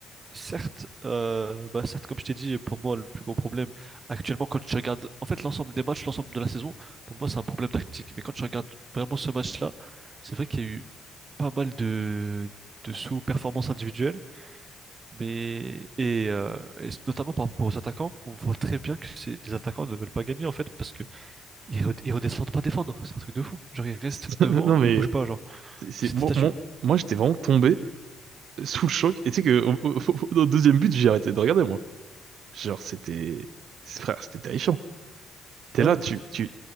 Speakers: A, on the right (about 35°); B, on the right (about 70°).
A: certes, euh, bah, certes, comme je t'ai dit, pour moi, le plus gros problème actuellement, quand tu regardes en fait l'ensemble des matchs, l'ensemble de la saison, pour moi, c'est un problème tactique. Mais quand tu regardes vraiment ce match-là, c'est vrai qu'il y a eu pas mal de, de sous-performances individuelles. Mais et, euh, et notamment par rapport aux attaquants, on voit très bien que c'est les attaquants ne veulent pas gagner en fait parce que ils, re- ils redescendent pas défendre, c'est un truc de fou. Genre ils restent
B: <laughs> Non,
A: devant
B: mais
A: et ils bougent pas, genre
B: c'est, c'est-
A: c'est
B: moi,
A: des statues.
B: moi, moi, j'étais vraiment tombé sous le choc. Et tu sais que au, au- au- au deuxième but, j'ai arrêté de regarder, moi. Genre, c'était, c'est- frère, c'était terrifiant. T'es
A: Ah
B: là,
A: ouais.
B: tu, tu,